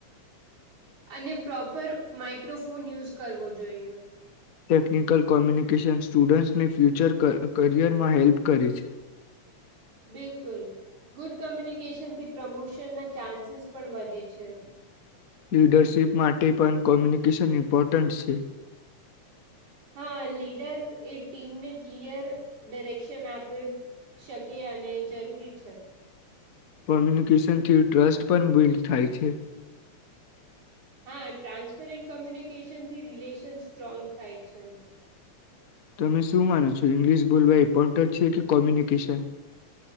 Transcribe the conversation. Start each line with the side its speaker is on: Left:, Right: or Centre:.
Right: અને પ્રોપર માઈક્રોફોન યુઝ કરવો જોઈએ.
Left: ટેકનિકલ કોમ્યુનિકેશન સ્ટુડન્ટ્સને ફ્યૂચર ક ક કરિયરમાં હેલ્પ કરે છે.
Right: બિલકુલ ગુડ કમ્યુનિકેશનથી પ્રમોશનના ચાન્સીસ પણ વધે છે.
Left: લીડરશિપ માટે પણ કોમ્યુનિકેશન ઇમ્પોર્ટન્ટ છે.
Right: હા લીડર એ ટીમને ક્લિયર ડીરેક્શન આપે શકે અને જરૂરી છે.
Left: કમ્યુનિકેશન થી ટ્રસ્ટ પણ બિલ્ડ થાય છે.
Right: હા ટ્રાન્સપેરેન્ટ કોમ્યુનિકેશન થી રિલેશન સ્ટ્રોંગ થાય છે
Left: તમે શું માનો છો ઇંગ્લિશ બોલવા ઈમ્પોટંટ છે કે કોમ્યુનિકેશન